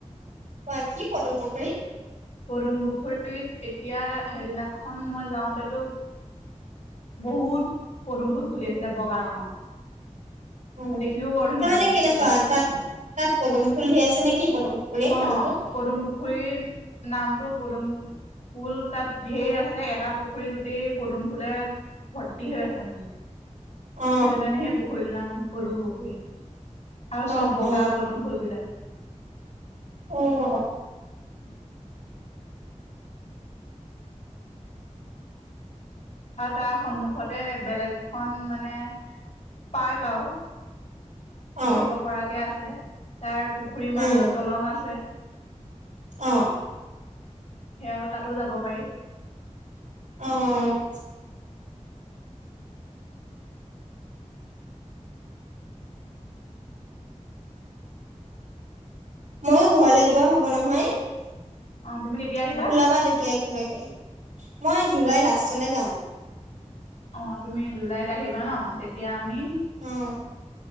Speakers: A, on the right; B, on the left.
A: অ <unintelligible> কি পদুম পুখুৰী
B: পদুম পুখুৰীত এতিয়া সেইদিনাখন মই যাওঁতেতো বহুত পদুম ফুল ফুলি আছিলে বগা ৰঙৰ।
A: তাৰমানে
B: দেখিও বৰ ধুনীয়া লাগিছিলে।
A: কেনেকুৱা তাত তাত পদুম ফুল ঢেৰ আছে নে কি পদুম ফুলেই
B: অ',
A: নামটো
B: পদুম পুখুৰীৰ নামটো পদুম ফুল তাত ঢেৰ আছে এটা পুখুৰী গোটেই পদুম ফুলে ভৰ্তি হৈ আছে মানে।
A: অ
B: সেইটো কাৰণেহে পুখুৰীটোৰ নাম পদুম পুখুৰী আৰু
A: অ
B: চব বগা
A: অ
B: পদুম ফুলবিলাক
A: অ', অ'।
B: <inaudible>
A: <inaudible>
B: আৰু তাৰ সন্মুখতে বেলেগ এখন মানে পাৰ্ক আৰু।
A: অ
B: বহিব পৰাকে আছে। তাৰ পুখুৰীৰ
A: উম
B: মাজত দলং আছে।
A: অ'।
B: সেয়াও তাতো যাব পাৰি।
A: অ', অ'। ময়ো ঘৰলে যোৱা হ'ব নহয়
B: অ', তুমি কেতিয়া আহিবা?
A: ওলাবা তেতিয়া কিবাকে মই জুলাই লাষ্টলে যাম।
B: অ', তুমি জুলাইত আহিবা ন' তেতিয়া আমি
A: উম।